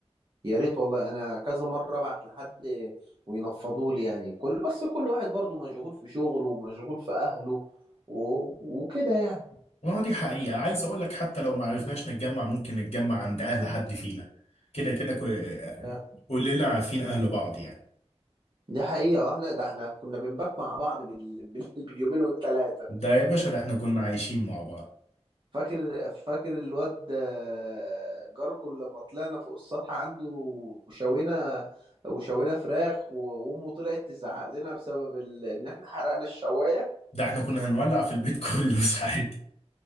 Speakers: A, on the right; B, on the left.
A: يا ريت والله انا كذا مره ابعت لحد وينفضوا لي يعني كل بس كل واحد برضه مشغول في شغله ومشغول في اهله و... وكده يعني
B: ما دي حقيقة عايز اقول لك حتى لو ما عرفناش نتجمع ممكن نتجمع عند اهل حد فينا كده كده كو-
A: ف-
B: كلنا عارفين اهل بعض يعني
A: دي حقيقه آه، احنا ده احنا كنا بنبات مع بعض بال... بال... <laughs> باليومين والثلاثه
B: ده يا باشا ده احنا كنا عايشين مع بعض
A: فاكر فاكر الواد آه، جاركو لما طلعنا فوق السطح عنده وشوينا وشوينا فراخ و... وامه طلعت تزعق لنا بسبب ال... ان احنا حرقنا الشوايه
B: ده احنا كنا هنولع في البيت <laughs> كله ساعات